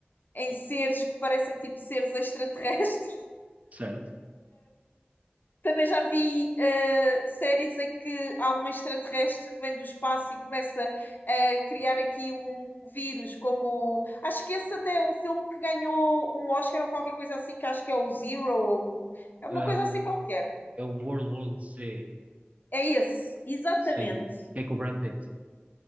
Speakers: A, on the left; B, on the right.
A: em seres que parecem tipo seres extraterrestres.
B: Certo.
A: Também já vi eh, séries em que há um extraterrestre que vem do espaço e começa a criar aqui um vírus, como acho que esse até é um filme que ganhou um Oscar ou qualquer coisa assim, que acho que é o Zero, é uma
B: Ah,
A: coisa
B: o-
A: assim qualquer.
B: é o World War Z,
A: É esse, exatamente.
B: sim, que é com o Brad Pitt,